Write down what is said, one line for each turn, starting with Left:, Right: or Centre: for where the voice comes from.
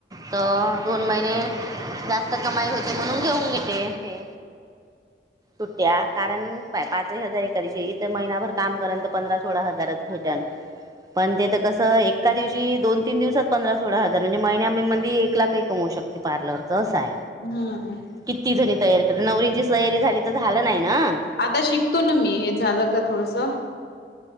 Right: त दोन महिने <inaudible> जास्त कमाई हो <inaudible> ते म्हणून घेऊन घेेते ते. सुट्ट्या कारण, पा पाचही हजार एखादशी इथं महिनाभर काम करन तर पंधरा सोळा हजारच भेटन. पण ते त कस त एक्का दिवशी, दोन तीन दिवसात पंधरा सोळा हजार म्हणजे महिन्याममंदी एक लाखही कमवू शकते पार्लरचं असाय.
Left: हंम.
Right: कित्ती जरी तयारी करा, नवरींची सयारी झाली तर झालं नाही ना?
Left: आता शिकतो ना मी हे झालं का थोडसं.